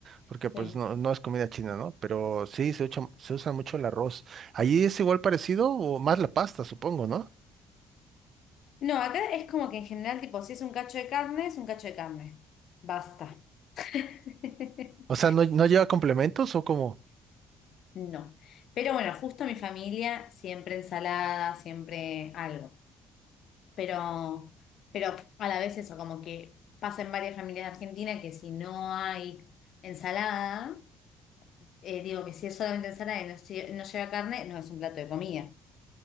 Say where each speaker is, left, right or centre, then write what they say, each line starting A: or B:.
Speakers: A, on the right; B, on the left.
A: Porque pues
B: Sí.
A: no, no es comida china, ¿no? Pero sí, se usa, se usa mucho el arroz. ¿Allí es igual parecido o más la pasta, supongo, ¿no?
B: No, acá es como que en general, tipo, si es un cacho de carne, es un cacho de carne. Basta. <laughs>
A: O sea, ¿no, no lleva complementos o como?
B: No. Pero bueno, justo mi familia, siempre ensalada, siempre algo. Pero, pero a la vez eso, como que pasa en varias familias de Argentina que si no hay ensalada, eh, digo que si es solamente ensalada y no, lle- no lleva carne, no es un plato de comida.